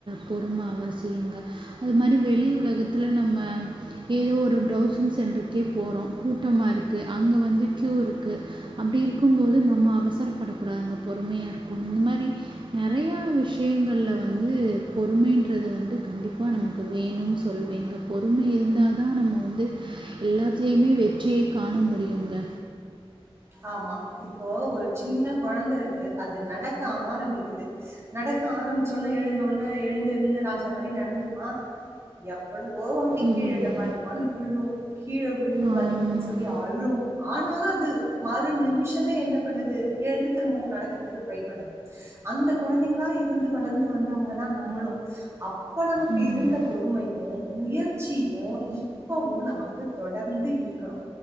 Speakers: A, on the right (about 50°); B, on the right (about 25°).
A: பொறும அவசியங்க அது மாரி வெளி உலகத்துல நம்ம ஏதோ ஒரு ப்வுசிங் சென்டருக்கே போறோ கூட்டமா இருக்கு அங்க வந்து க்யூ இருக்கு அப்டி இருக்கு போது நம்ம அவசரப்படக்கூடாது பொறுமையா இருக்கு இந்த மாரி நெறையா விஷயங்கள்ல வந்து வந்து பொறுமைன்றது வந்து கண்டிப்பா நமக்கு வேணும்னு சொல்வேங்க பொறுமை இருந்தால் தா நம்ம வந்து எல்லாத்துலயுமே வெற்றியை காண முடியுங்க
B: ஆமா இப்போ ஒரு சின்ன கொழந்த இருக்கு அது நடக்க ஆரம்பிக்குது நடக்க ஆரம்பிச்ச உன்ன எழுந்த உன்ன எழுந்து எழுந்த ராஜா மாரி நடந்துருமா எப் அட ஓவாட்டி
A: இல்லை
B: கீழ
A: இல்லை
B: டமால்டமால்னு விழு கீழ விழுந்து
A: ஆமாம்
B: வலிக்குதுன்னு சொல்லி அழு ஆனாலு அது மறு நிமிஷமே என்ன பண்ணுது எழுந்து திரும்பவு நடக்கிறதுக்கு ட்ரை பண்ணுது அந்த குழந்தைங்களா இருந்து வளர்ந்து வந்தவங்க தா நம்மளு அப்ப நமக்கு
A: ஆமாம்
B: இருந்த பொறுமையு முயற்சியு இப்பவு நமக்கு தொடர்ந்து இருக்கணு